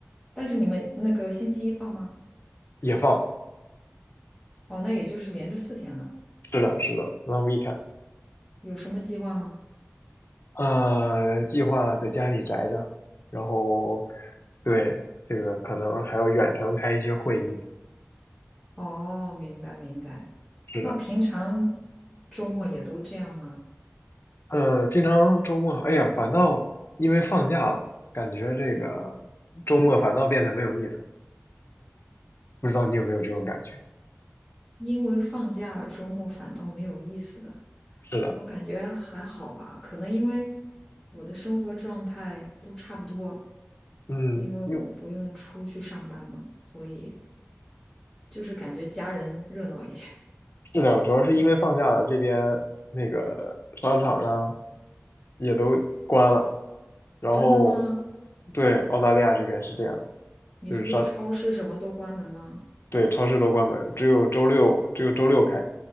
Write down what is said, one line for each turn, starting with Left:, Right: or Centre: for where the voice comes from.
Centre: 但是你们那个星期一放吗？
Left: 也放，
Centre: 哦，那也就是连着四天了。
Left: 是的，是的，long weekend。
Centre: 有什么计划吗？
Left: 呃，计划在家里宅着，然后对这个可能还要远程开一些会议。
Centre: 哦，明白明白。
Left: 是的，
Centre: 那平常周末也都这样吗？
Left: 呃，平常周末，哎呀，反倒因为放假了，感觉这个周末反倒变得没有意思。不知道你有没有这种感觉？
Centre: 因为放假了，周末反倒没有意思的。
Left: 是的，
Centre: 我感觉还好吧，可能因为我的生活状态都差不多，
Left: 嗯，
Centre: 因为我不用出去上班嘛，
Left: 因为
Centre: 所以就是感觉家人热闹一点。<laughs>
Left: 是的，主要是因为放假了，这边那个商场啊也都关了，然后
Centre: 真的吗？
Left: 对澳大利亚这边是这样的，
Centre: 你是说超市什么都关门吗？
Left: 就是商对，超市都关门儿只有周六只有周六开，